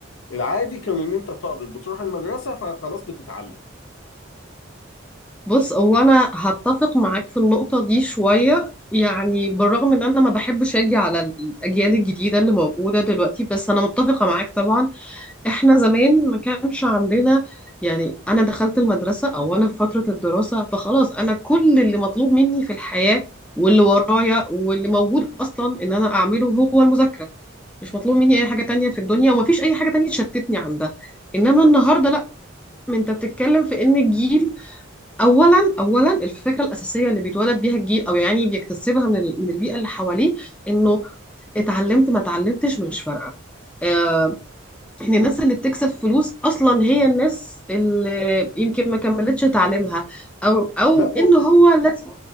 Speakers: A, on the left (about 70°); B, in the centre.
A: العادي كان ان انت طالب بتروح المدرسة فخلاص بتتعلم
B: بص هو انا هتفق معاك في النقطة دي شوية يعني بالرغم ان انا ما بحبش اجي على الاجيال الجديدة اللي موجودة دلوقتي بس انا متفقة معاك طبعا احنا زمان ما كانش عندنا يعني انا دخلت المدرسة او انا في فترة الدراسة فخلاص انا كل اللي مطلوب مني في الحياة واللي ورايا واللي موجود اصلا ان انا اعمله هو المذاكرة مش مطلوب مني اي حاجة تانية في الدنيا ومفيش اي حاجة تانية تشتتني عن ده
A: بالظبط
B: انما النهاردة لا انت بتتكلم في ان الجيل اولا اولا الفكره الاساسيه اللي بيتولد بيها الجيل او يعني بيكتسبها من ال- من البيئه اللي حواليه انه اتعلمت ما اتعلمتش مش فارقه آه، ان الناس اللي بتكسب فلوس اصلا هي الناس اللي يمكن ما كملتش تعليمها او او
A: لا
B: ان هو لازم